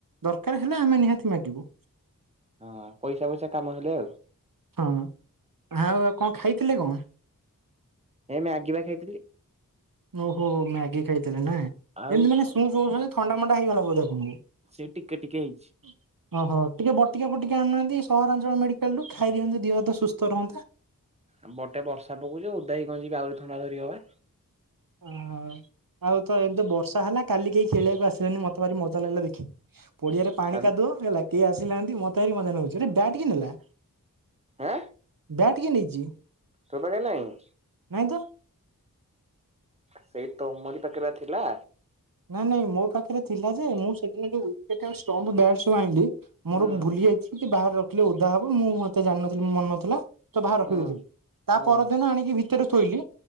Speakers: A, on the right (about 75°); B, on the right (about 20°).
A: ଦରକାର ହେଲେ ଆମେ ନିହାତି ମାଗିବୁ।
B: ହଁ ପଇସା ଫଇସା କାମ ହେଲେ ଆଉ।
A: ହଁ ଆଉ ଆଉ କଣ ଖାଇଥିଲେ କଣ?
B: ଏଇ ମ୍ୟାଗି ବା ଖାଇଥିଲି।
A: ଓହୋ, ମ୍ୟାଗି ଖାଇଥିଲେ ନା। ଯେମତି
B: ଆଉ
A: ମାନେ ସୁ ସୁଁ ହଉଛନ୍ତି ଥଣ୍ଡା ମଣ୍ଡା ହେଇଗଲା ବୋଧେ ଆପଣଙ୍କୁ?
B: ସେ ଟିକେ ଟିକେ ହେଇଛି।
A: ଓହୋ। ଟିକେ ବଟିକା ଫଟିକା ଆଣୁନାହାଁନ୍ତି ସହରାଞ୍ଚଳ ମେଡି ନେଲୁ ଖାଇ ଦିଅନ୍ତୁ ଦିହ ହାତ ସୁସ୍ଥ ରହନ୍ତା।
B: ଏପଟେ ବର୍ଷା ପକଉଛି ଓଦା ହେଇ କଣ ଯିବେ ଆହୁରି ଥଣ୍ଡା ଧରିବ ବା।
A: ଓହୋ। ଆଉ ତ ଏ ବର୍ଷା ହେଲା କାଲି କେହି ଖେଳିବାକୁ ଆସିଲେନି ମତେ ଭାରି ମଜା ଲାଗିଲା ଦେଖି। ପଡିଆରେ ପାଣି
B: କାଲି
A: କାଦୁଅ ହେଲା କେହି ଆସି ନାହାଁନ୍ତି ମତେ ଭାରି ମଜା ନାଗୁଛି। ଆରେ ବ୍ୟାଟ୍ କିଏ ନେଲା?
B: ଆଁ
A: ବ୍ୟାଟ୍ କିଏ ନେଇଚି?
B: ତୋ ପାଖେରେ ନାହିଁ?
A: ନାଇଁ ତ।
B: ସେଇ ତମରି ପାଖେ ବା ଥିଲା।
A: ନାଇଁ ନାଇଁ ମୋ ପାଖରେ ଥିଲା ଯେ, ମୁଁ ସେଦିନ ଯୋଉ ୱିକେଟ୍ ଆଉ ଷ୍ଟମ୍ପ, ବ୍ୟାଟ୍ ସବୁ ଆଇଁଲି ମୋର
B: ହୁଁ
A: ଭୁଲି ଯାଇଛି କି ବାହାରେ ରଖିଲେ ଓଦା ହବ, ମୁଁ ଏତେ ଜାଣିନଥିଲି ମୋ ମନ ନଥିଲା ବାହାର ରଖିଦେଇଥିଲି,
B: ହୁଁ
A: ତା
B: ହୁଁ
A: ପରଦିନ ଆଣିକି ଭିତରେ ଥୋଇଲି